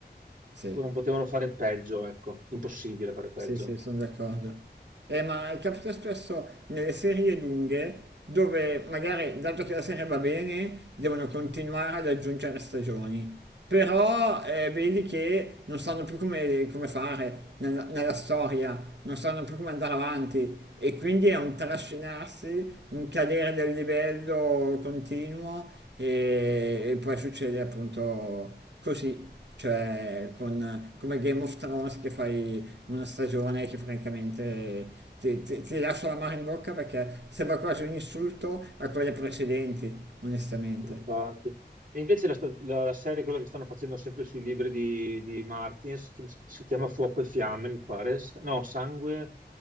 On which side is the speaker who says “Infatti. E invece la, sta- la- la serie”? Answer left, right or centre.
Right